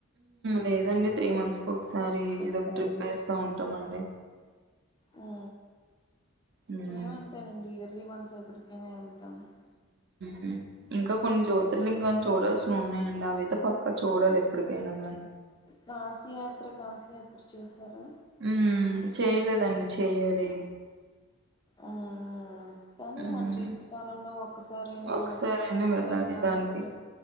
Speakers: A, on the right (about 60°); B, on the left (about 20°).
A: లేదండి త్రీ మంత్స్ కి ఒకసారి
B: ఒకసారి
A: ఏదో ఒక ట్రిప్ వేస్తా ఉంటామండి
B: ఉ
A: హ్మ్.
B: మేము అంతేనండి త్రి మంత్స్ ఎక్కడికైనా వెళ్తాము త్తం
A: ఉమ్ ఇంక కొన్ని జ్యోతిర్లింగాలు చూడాల్సి ఉన్నాయండి అవయితే పక్కా చూడాలి ఎప్పుడికైనా గానీ
B: కాశీయాత్ర కాశీయాత్ ఇచ్చేసారా
A: ఉమ్ చేయలేదండి చెయ్యాలి
B: ఆ కాని
A: హ్మ్.
B: మన జీవిత కాలంలో ఒక్కసారయినా
A: ఒకసారైనా వెళ్ళాలి
B: వెళ్లాల్సిన
A: దానికి.